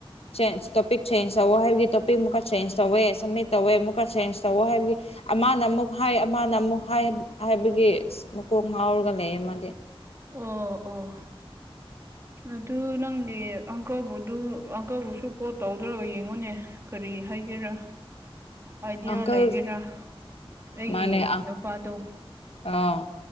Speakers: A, on the left; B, on the right.
A: ꯆꯦꯟꯖ ꯇꯣꯄꯤꯛ ꯆꯦꯟꯖ ꯇꯧꯋ ꯍꯥꯏꯕꯒꯤ ꯇꯣꯄꯤꯛ ꯑꯃꯨꯛꯀ ꯆꯦꯟꯖ ꯇꯧꯋꯦ ꯁꯝꯃꯤꯠ ꯇꯧꯋꯦ ꯑꯃꯨꯛꯀ ꯆꯦꯟꯖ ꯇꯧꯋ ꯍꯥꯏꯕꯒꯤ ꯑꯃꯅ ꯑꯃꯨꯛ ꯍꯥꯏ ꯑꯃꯅ ꯑꯃꯨꯛ ꯍꯥꯏ ꯍꯥꯏꯕꯒꯤ ꯃꯀꯣꯡ ꯉꯥꯎꯔꯒ ꯂꯩ ꯃꯥ
B: ꯑꯣ ꯑꯣ ꯑꯗꯨ ꯅꯪꯒꯤ ꯑꯪꯀꯕꯨꯗꯨ ꯑꯪꯀꯜꯕꯨꯁꯨ ꯀꯣꯜ ꯇꯧꯗ꯭ꯔꯕ ꯌꯦꯡꯉꯨꯅꯦ ꯀꯔꯤ ꯍꯥꯏꯒꯦꯔꯥ ꯑꯥꯏꯗꯤꯌꯥ
A: ꯑꯪꯀꯜ
B: ꯂꯩꯒꯦꯔꯥ ꯑꯩꯒꯤ
A: ꯃꯥꯅꯦ ꯑꯥ
B: ꯅꯨꯄꯥꯗꯣ